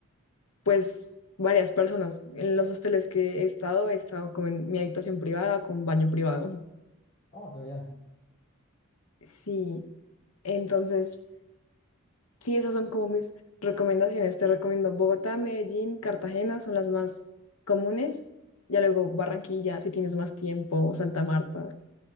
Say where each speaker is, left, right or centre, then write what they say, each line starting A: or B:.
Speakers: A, on the left; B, on the left.
A: pues, varias personas. En los hosteles que he estado, he estado como en mi habitación privada, con baño privado.
B: Oh, qué bien.
A: Sí, entonces,
B: Sí.
A: sí, esas son como mis recomendaciones. Te recomiendo Bogotá, Medellín, Cartagena, son las más comunes. Ya luego Barranquilla, si tienes más tiempo, Santa Marta